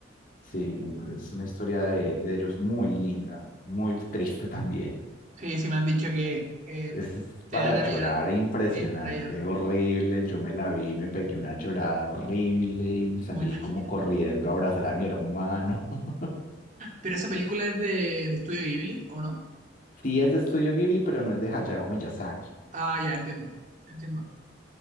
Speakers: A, on the left; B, on the right.
A: Sí, es una historia de, de ellos muy linda, muy triste también.
B: Sí, sí me han dicho que eh,
A: Es
B: te
A: para
B: dan ganas
A: llorar,
B: de llorar.
A: impresionante,
B: Sí, es para llorar,
A: horrible. Yo me la vi, me pegué una llorada horrible y me salí
B: no me imagino.
A: como corriendo a abrazar a mi hermano. <laughs>
B: ¿Pero esa película es de, de Estudio Ghibli o no?
A: Sí es de Estudio Ghibli, pero no es de Hayao Miyazaki.
B: Ah, ya, entiendo. Entiendo.